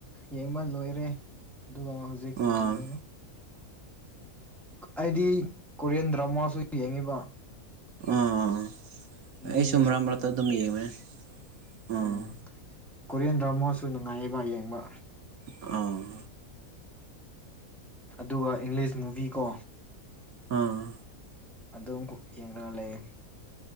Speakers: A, in the centre; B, on the right (about 75°).
A: ꯌꯦꯡꯕ ꯂꯣꯏꯔꯦ ꯑꯗꯨꯒ ꯍꯧꯖꯤꯛ
B: ꯑꯥ
A: ꯌꯦꯡꯕ ꯑꯩꯗꯤ ꯀꯣꯔꯤꯌꯟ ꯗ꯭ꯔꯃꯥꯁꯨ ꯌꯦꯡꯉꯤꯕ
B: ꯑꯥ ꯑꯩꯁꯨ
A: ꯃ
B: ꯃꯔꯛ
A: ꯍꯠꯇꯅ
B: ꯃꯔꯛꯇ ꯑꯗꯨꯝ
A: <unintelligible>
B: ꯌꯦꯡꯕꯅꯦ ꯑꯥ
A: ꯎꯝ ꯀꯣꯔꯤꯌꯟ ꯗ꯭ꯔꯃꯥꯁꯨ ꯅꯨꯡꯉꯥꯏꯌꯦꯕ ꯌꯦꯡꯕ
B: ꯑꯥ
A: ꯑꯗꯨꯒ ꯏꯪꯂꯤꯁ ꯃꯨꯚꯤ ꯀꯣ
B: ꯎꯝ
A: ꯑꯗꯨꯝ ꯌꯦꯡꯂꯒ ꯂꯩꯌꯦ